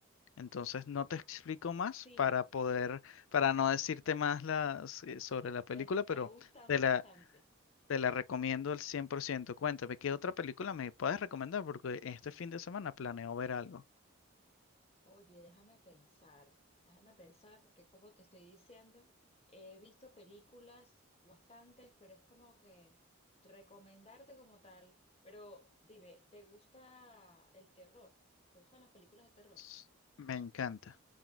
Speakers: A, on the left (about 65°); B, on the left (about 30°).
A: Entonces no te explico más
B: Sí,
A: para poder, para no decirte más las- eh, sobre la película,
B: me está
A: pero
B: gustando
A: te la,
B: bastante.
A: te la recomiendo al cien por ciento Cuéntame, ¿qué otra película me puedes recomendar? Porque este fin de semana planeo ver algo.
B: Oye, déjame pensar, déjame pensar, porque como te estoy diciendo, he visto películas bastantes, pero es como que recomendarte como tal. Pero dime, ¿te gusta el terror? ¿Te gustan las películas de terror?
A: S- Me encanta.